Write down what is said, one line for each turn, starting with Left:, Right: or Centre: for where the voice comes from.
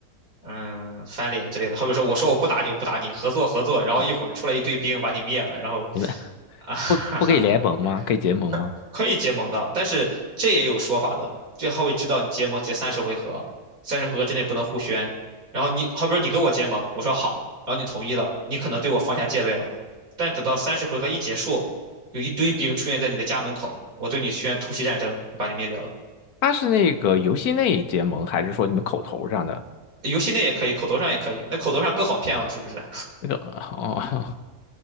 Right: 嗯翻脸之类的。好比说我说我不打你，我不打你，合作合作，然后一会儿出来一堆兵把你灭了，
Left: 嗯
Right: 然后
Left: 你们 <laughs>
Right: 啊。<laughs>
Left: 不不可以联盟吗？可以结盟吗？
Right: <laughs> 可可以结盟的，但是这也有说法的，这他会知道你结盟结三十回合，三十回合之内不能互宣。然后你好比说你跟我结盟，我说好，然后你同意了，你可能对我放下戒备了，但等到三十回合一结束，有一堆兵出现在你的家门口，我对你宣突袭战争，把你灭掉了。
Left: 他是那个游戏内结盟，还是说你们口头上的？
Right: 游戏内也可以，口头上也可以，那口头上更好骗了，是不是？
Left: 那个 <laughs> 哦，